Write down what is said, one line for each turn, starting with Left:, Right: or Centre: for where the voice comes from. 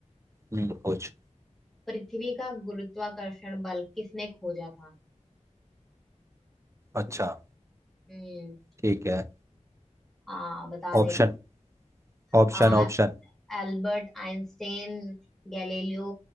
Right: हम्म, कुछ
Centre: पृथ्वी का गुरुत्वाकर्षण बल किसने खोजा था
Right: अच्छा
Centre: हम्म
Right: ठीक है
Centre: आ बता
Right: Option
Centre: दे
Right: option
Centre: आ
Right: option
Centre: Albert Einstein Galileo